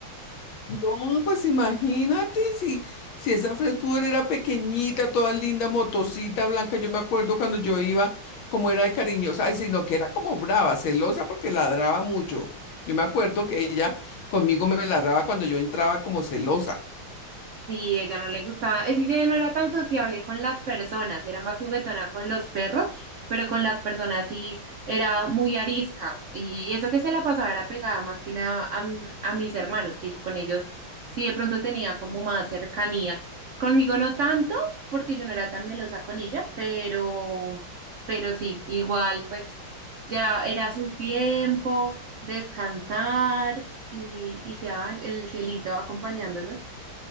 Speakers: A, on the left; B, on the right.
A: No, pues imagínate si, si esa French Poodle era pequeñita, toda linda, motosita, blanca, yo me acuerdo cuando yo iba, como era de cariñosa, ay, sino que era como brava, celosa porque ladraba mucho. Yo me acuerdo que ella conmigo me ladraba cuando yo entraba como celosa.
B: Sí, ella no le gustaba, es que ella no era tan sociable con las personas, era más juguetona con los perros, pero con las personas sí era muy arisca. Y eso que se la pasaba era pegada más que nada a, m- a mis hermanos, que yo con ellos sí de pronto tenía como más cercanía. Conmigo no tanto, porque yo no era tan melosa con ella, pero, pero sí, igual pues ya era su tiempo, descansar y, y ya el cielito acompañándonos.